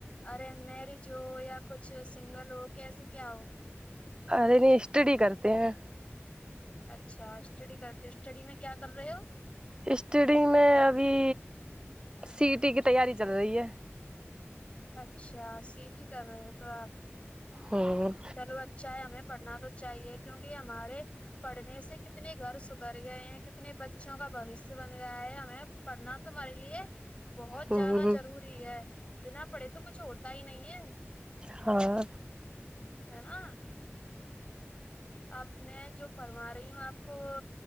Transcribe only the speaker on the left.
ارے مریج ہو یا کچھ سنگل ہو کیسے کیا ہو
اچھا اسٹڈی کرتے ہو اسٹڈی میں کیا کر رہے ہو
اچھا سی ٹی کر رہ تو آپ
چلو اچھا ہے ہمیں پڑھنا تو چاہیے کیونکہ ہمارے پڑھنے سے کتنے گھر در گئے ہیں کتنے بچوں کا بھوشیہ بن گیا ہے ہمیں پڑھنا تو مارے لیے بہت
زیادہ ضروری ہے بنا پڑھے تو کچھ ہوتا ہی نہیں ہے
ہے نا آپ میں جو فرما رہی ہوں آپ کو وہ